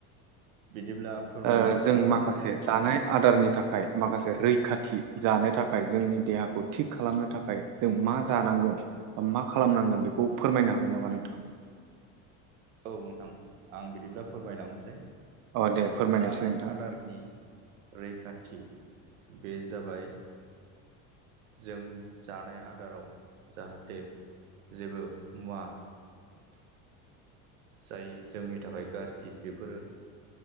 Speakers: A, on the right; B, on the right.
A: बिदिब्ला फोरमायनो
B: ओ
A: आखायाव
B: जों
A: लाबाय
B: माखासे जानाय आदारनि थाखाय माखासे रैखाथि जानो थाखाय जोंनि देहाखौ थिग खालामनो थाखाय जों मा जानांगोन बा मा खालामनांगोन बेखौ फोरमायनो हागोन नामा नोंथाङा?
A: औ नोंथां आं बिदिब्ला फोरमायलांनोसै
B: अ दे
A: ओ
B: फोरमायनायसै
A: जानाय
B: नोंथां।
A: आदारनि रैखाथि बे जाबाय जों जानाय आदाराव जाहाथे जेबो मुवा जाय जोंनि थाखाय गाज्रि बेफोरो